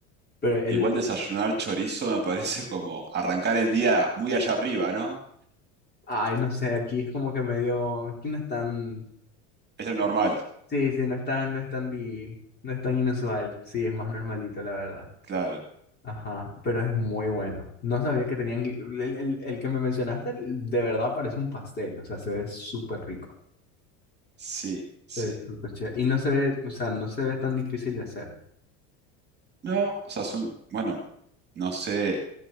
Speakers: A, on the left; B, on the right.
A: Pero el,
B: Igual desayunar chorizo me parece como arrancar el día muy allá arriba, ¿no?
A: Ay, no sé, aquí es como que medio, aquí no es tan,
B: Es lo normal,
A: sí, sí, no es tan, no es tan, di- no es tan inusual, sí, es más normalito, la verdad.
B: claro.
A: Ajá, pero es muy bueno. No sabía que tenían, gui- el, el- el que me mencionaste, de verdad parece un pastel, o sea, se ve súper rico,
B: Sí, sí.
A: se ve súper chévere. Y no se ve, o sea, no se ve tan difícil de hacer.
B: No, o sea, son, bueno, no sé,